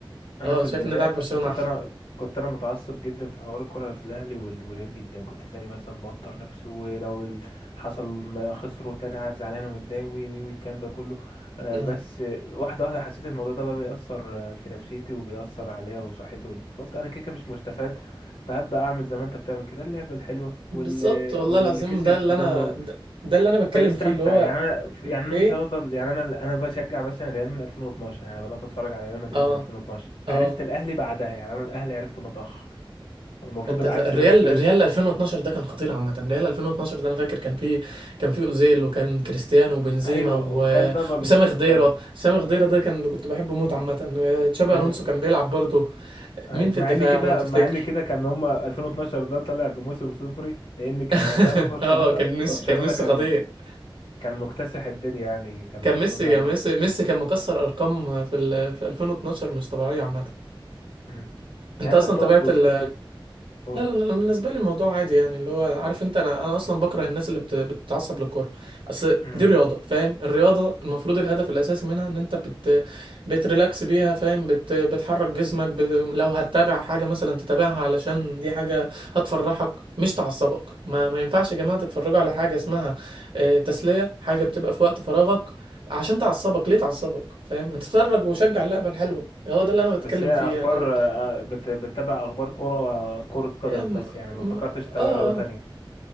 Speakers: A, on the left; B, on the right.
A: انا
B: اه
A: في
B: شايف
A: البدايات
B: ان لعب برشلونه
A: مثلا كنت
B: احلى
A: انا كنت انا متعصب جدا في حوار الكره في الاهلي وال- والريال جدا كنت تلاقيني مثلا بوتر نفسي ولو ال- حصل ما خسروا تلاقيني قاعد زعلان ومتضايق وي وي والكلام ده كله آه،
B: آه.
A: بس آه، واحده واحده حسيت الموضوع ده بقى بيأثر آه، في نفسيتي وبيأثر عليا وصحتي وال- فقلت انا كده كده مش مستفاد فهبدأ اعمل زي ما انت بتعمل كده اللعبه الحلوه
B: بالظبط
A: واللي
B: والله
A: واللي
B: العظيم
A: كسب
B: ده
A: بنقول
B: اللي انا
A: له
B: ده ده اللي انا بتكلم
A: فنستمتع
B: فيه اللي هو
A: يعني انا يعني انا
B: ليه
A: مش هفضل يعني انا انا بشجع مثلا ريال من 2012 يعني بدات اتفرج على ريال مدريد
B: اه
A: من 2012
B: اه
A: عرفت الاهلي بعدها يعني انا الاهلي عرفته متاخر المفروض
B: انت
A: العكس
B: لا، الريال
A: بس <laughs>
B: الريال 2012 ده كان خطير عامه الريال 2012 ده انا فاكر كان فيه كان فيه اوزيل وكان كريستيانو وبنزيما
A: ايوه
B: و...
A: وكان بقى بل...
B: وسامي خضيره
A: كان
B: سامي خضيره ده كان كنت بحبه موت عامه آه، تشابي
A: أيوة.
B: الونسو كان بيلعب برضه
A: أيوة.
B: مين في
A: مع
B: الدفاع
A: ان كده
B: لو تفتكر
A: مع ان كده كان هم 2012 ده طلع بموسم صفري لان كان
B: <laughs>
A: وقتها بقى برشلونه
B: اه كان
A: برشلونه
B: ميسي كان ميسي
A: كان
B: خطير
A: كان مكتسح الدنيا يعني كان
B: كان
A: برشلونه
B: ميسي كان ميسي ميسي كان مكسر ارقام في ال... في 2012 مش طبيعيه عامه
A: مم.
B: انت
A: يعني انت
B: اصلا
A: بتقعد
B: تابعت
A: وتحب
B: ال...
A: تقول
B: لا لا لا بالنسبة لي الموضوع عادي يعني اللي هو عارف انت انا انا اصلا بكره الناس اللي بت... بتتعصب للكورة اصل
A: امم
B: دي رياضة فاهم الرياضة المفروض الهدف الاساسي منها ان انت بت... بتريلاكس بيها فاهم بت... بتحرك جسمك بت... لو هتتابع حاجة مثلا تتابعها علشان دي حاجة هتفرحك مش تعصبك ما ما ينفعش يا جماعة تتفرجوا على حاجة اسمها آه، تسلية حاجة بتبقى في وقت فراغك عشان تعصبك ليه تعصبك فاهم اتفرج وشجع اللعبة الحلوة هو ده اللي انا بتكلم
A: بس هي
B: فيه
A: اخبار
B: يعني
A: آه، بت- بتتابع اخبار كرة كرة قدم
B: يا م-
A: بس يعني ما
B: م-
A: فكرتش تتابع
B: اه
A: رياضة تانية
B: اه